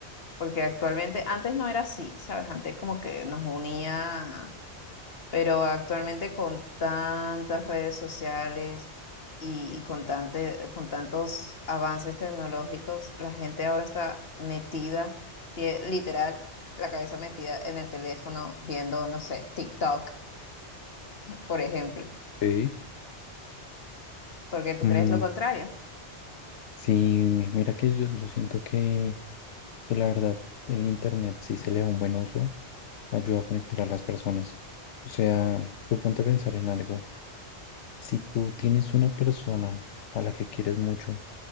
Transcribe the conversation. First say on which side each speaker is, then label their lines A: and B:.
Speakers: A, on the left; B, on the left.
A: porque actualmente, antes no era así, ¿sabes? Antes como que nos unía, pero actualmente con tantas redes sociales y, y con tante- con tantos avances tecnológicos, la gente ahora está metida, tie- literal, la cabeza metida en el teléfono viendo, no sé, TikTok por ejemplo,
B: Ey,
A: porque tú
B: Mm,
A: crees lo contrario.
B: sí, mi- mira que yo, yo siento que Que la verdad, el internet, si se le da un buen uso, ayuda a conectar a las personas. O sea, tú ponte a pensar en algo. Si tú tienes una persona a la que quieres mucho,